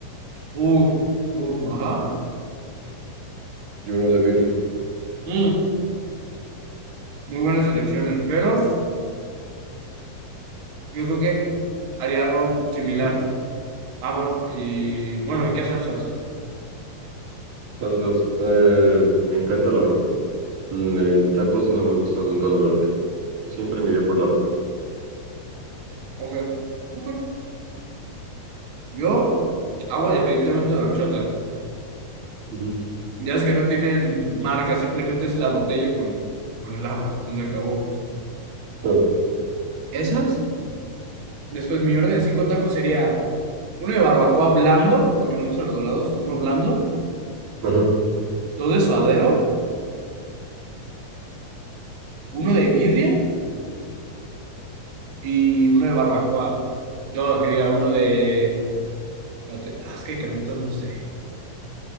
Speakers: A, on the right (about 45°); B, on the right (about 85°).
A: Uh, uh, ajá.
B: y uno de birria.
A: Mm, muy buenas elecciones, pero yo creo que haría algo similar. Ah, bueno, y bueno, ¿y qué salsas?
B: Salsas, eh, me encanta la roja. Le- En tacos no me gusta tanto la verde. Siempre miré por la roja.
A: Ok, ok. Yo, agua definitivamente de horchata.
B: Ujú.
A: Ya es que no tienen marca, simplemente es la botella con, con el agua. Entonces se acabó.
B: Ah,
A: Esas. Después mi orden de cinco tacos sería uno de barbacoa blando, porque no me gustan los dorados, uno blando,
B: ajá.
A: dos de suadero, uno de birria y uno de barbacoa. No, que diga, uno de... espérate, ah, es que hay carnitas, no sé.